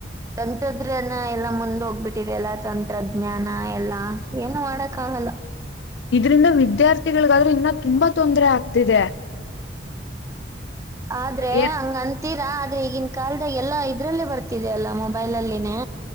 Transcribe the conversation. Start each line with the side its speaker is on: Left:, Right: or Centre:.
Right: ಎಂತದ್ರನ ಎಲ್ಲಾ ಮುಂದ ಹೋಗ್ಬಿಟ್ಟ. ಈಗೆಲ್ಲ ತಂತ್ರಜ್ಞಾನ ಎಲ್ಲ ಏನು ಮಾಡಕ್ ಆಗಲ್ಲ.
Left: ಇದ್ರಂದ ವಿದ್ಯಾರ್ಥಿಗಳಿಗಾದ್ರೆ ಇನ್ನ ತುಂಬಾ ತೊಂದರೆ ಆಗ್ತಿದೆ.
Right: ಆದ್ರೆ
Left: ಏನ್
Right: ಹಂಗಂತ. ಅಂತೀರಾ ಆದ್ರೆ ಈಗಿನ ಕಾಲಲ್ದಾಗ ಎಲ್ಲಾ ಇದ್ರಲ್ಲೇ ಬರ್ತಿದ ಅಲ್ಲ ಮೊಬೈಲ್ ಅಲ್ಲಿನೇ.